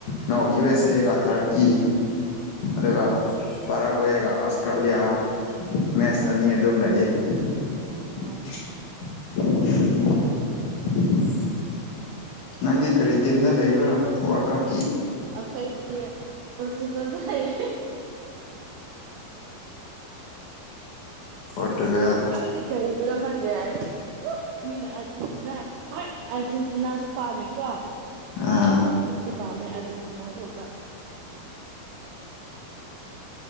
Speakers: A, on the left; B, on the right.
A: ꯅ ꯌꯨ ꯑꯦꯁ ꯑꯦꯒ ꯊꯥꯔꯀꯤ ꯑꯗꯨꯒ ꯄꯔꯒ꯭ꯋꯦꯒ ꯑꯁꯇ꯭ꯔꯦꯂꯤꯌꯥ ꯃꯦꯠꯁ ꯑꯅꯤ ꯑꯗꯨꯝ ꯂꯩꯌꯦ꯫ <unintelligible>
B: ꯑꯣ
A: ꯅꯪꯗꯤ ꯀꯔꯤ ꯇꯤꯝꯗ ꯂꯩꯕ꯭ꯔꯣ ꯋꯔꯀꯞꯀꯤ꯫
B: ꯑꯈꯣꯏꯗꯤ ꯄꯣꯔꯇꯨꯒꯜꯗ ꯂꯩꯔꯦ꯫
A: ꯄꯣꯇ꯭ꯨꯔꯒꯜ
B: ꯑꯩꯗꯤ ꯀꯔꯤꯒꯤꯔꫭ ꯈꯡꯗꯦ ꯍꯥꯏꯗꯤ꯫ ꯎ ꯃꯤꯅ ꯑꯥꯔꯖꯦꯟꯇꯤꯅꯥ ꯍꯣꯏ ꯑꯥꯔꯖꯦꯟꯇꯤꯅꯥꯁꯨ ꯄꯥꯝꯃꯦꯀꯣ꯫
A: ꯑꯥ
B: ꯄꯥꯟꯗꯕ ꯅꯠꯇꯦ ꯄꯥꯝꯃꯦ ꯑꯔꯖꯦꯟꯇꯤꯅꯥꯁꯨ ꯕꯠ